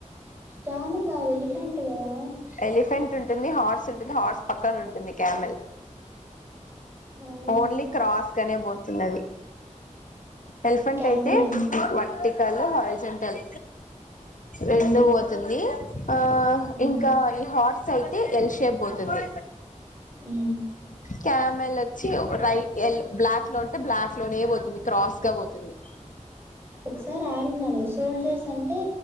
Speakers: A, on the right; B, on the left.
A: క్యామల్ కాదు ఎలిఫెంట్ కదా
B: ఎలిఫెంట్ ఉంటుంది హార్స్ ఉంటుంది హార్స్ పక్కన ఉంటుంది క్యామెల్
A: అవునా
B: ఓన్లీ క్రాస్గానే పోతుంది అది ఎలిఫెంట్
A: క్యామెల్
B: అయితే
A: ఏమో
B: వర్టికల్ హారిజెంటల్ రెండు
A: ఉమ్
B: పోతుంది ఆ
A: ఉమ్
B: ఇంకా ఈ హా అయితే ఎల్ షేప్ పోతుంది
A: ఉమ్
B: క్యామెల్ వచ్చి రైట్ ఎల్ బ్లాక్ లో ఉంటే బ్లాక్ లోనే పోతుంది క్రాస్ గా పోతుంది
A: ఒకసారి ఆడిన లే సోల్జర్స్ అంటే